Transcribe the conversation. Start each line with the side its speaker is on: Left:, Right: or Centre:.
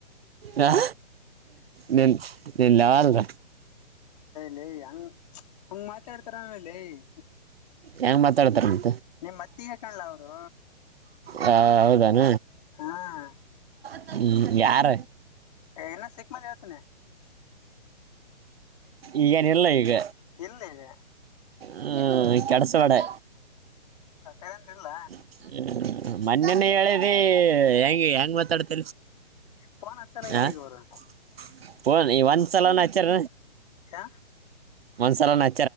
Right: ಹ ನಿನ್ ನಿನ್ ಲಾವಾಲದ
Left: ಲಿಯ ಹಂಗ್ ಹಂಗ್ ಮಾತಾಡ್ತಾರನಲ್ಲಿಯ
Right: ಹೆಂಗ್ ಮಾತಾಡ್ತಾರ ನೀ
Left: ನಿಮ್ ಮತ್ತಗಕಲ್ಲ ಅವರು
Right: ಹ ಹೌದಾನ
Left: ಹಾ
Right: ಹ್ಮ ಯಾರ
Left: ಎನ ಶೆಖ ಮಾಡ ಲತ
Right: ಈಗೇನಿಲ್ಲ ಈಗ
Left: ಇಲ್ಲೇನೆ
Right: ಹ್ಮ್ ಕೆಡಸವಾಡೆ
Left: ಏನನ್ ಇಲ್ಲ
Right: ಹ್ಮ ಮೊನ್ನನ ಹೇಳಿದಿ ಹೆಂಗ ಹೆಂಗ ಮ ಡತ
Left: ಫೋನ್ ಹಚ್ಚಲಾಗ್ಯಾರ
Right: ಆ
Left: ಈಗ ಅವರು
Right: ನೀ ಒಂದ್ಸಲನ್ ಆಚಾರ
Left: ಹ
Right: ಒಂದ್ಸಲ ನಾ